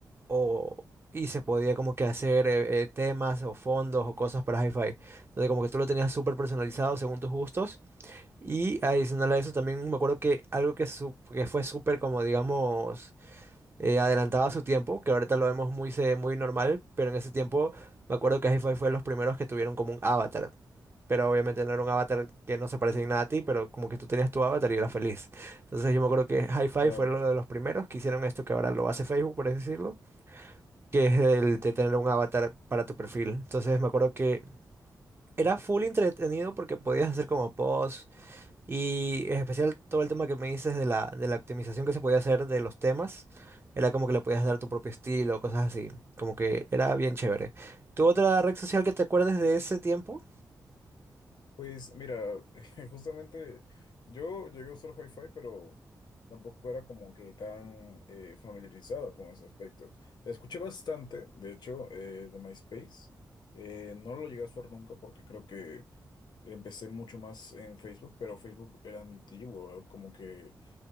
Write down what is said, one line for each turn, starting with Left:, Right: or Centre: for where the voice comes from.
Right: o, y se podía como que hacer eh, eh, temas o fondos o cosas para HiFi. Entonces como que tú lo tenías súper personalizado según tus gustos. Y adicional a eso también me acuerdo que algo que, su- que fue súper como digamos eh, adelantado a su tiempo, que ahorita lo vemos muy, se- muy normal, pero en ese tiempo me acuerdo que hi fue de los primeros que tuvieron como un avatar, pero obviamente no era un avatar que no se parecía en nada a ti, pero como que tú tenías tu avatar y eras feliz. Entonces yo me acuerdo que hi
Left: Claro.
Right: fue uno de los primeros que hicieron esto que ahora lo hace Facebook, por así decirlo, que es el de tener un avatar para tu perfil. Entonces me acuerdo que era full entretenido porque podías hacer como posts. Y en especial todo el tema que me dices de la, de la optimización que se podía hacer de los temas, era como que le podías dar tu propio estilo, cosas así, como que era bien chévere. ¿Tu otra red social que te acuerdes de ese tiempo?
Left: Pues mira, <laughs> justamente yo llegué a usar Hi-Fi, pero tampoco era como que tan eh, familiarizado con ese aspecto. Escuché bastante, de hecho, eh, de MySpace. Eh, no lo llegué a usar nunca porque creo que empecé mucho más en Facebook, pero Facebook era antiguo, como que